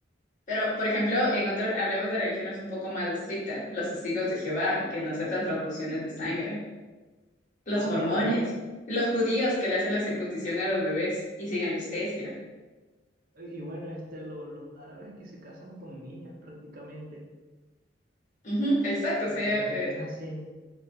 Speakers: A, on the left (about 45°); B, on the right (about 50°).
A: Pero, por ejemplo, en otra, hablemos de religiones un poco más estrictas, los testigos de Jehová, que no aceptan transfusiones de sangre, los
B: ah,
A: mormones,
B: no.
A: los judíos que le hacen la circuncisión a los bebés y sin anestesia.
B: Y y bueno, este, lo- los árabes que se casan con niñas prácticamente,
A: Ujú, exacto,
B: o
A: o sea,
B: cuestiones
A: eh,
B: así.